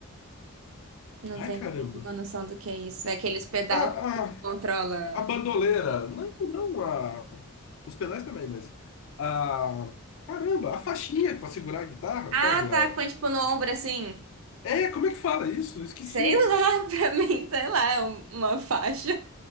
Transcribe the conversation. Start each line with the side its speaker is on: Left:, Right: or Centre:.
Right: Não
Left: Ah,
Right: tem
Left: ai, caramba.
Right: nenhuma noção do que é isso. É aqueles pedal
Left: Ah,
Right: que tipo,
Left: ah,
Right: controla.
Left: a bandoleira. Não, não, a. Os pedais também, mas. A... Caramba, a faixinha pra segurar a guitarra,
Right: Ah,
Left: sabe?
Right: tá,
Left: A-
Right: põe tipo no ombro assim.
Left: É, como é que fala isso? Eu Esqueci.
Right: Sei lá, <laughs> pra mim, sei lá, é um- uma faixa.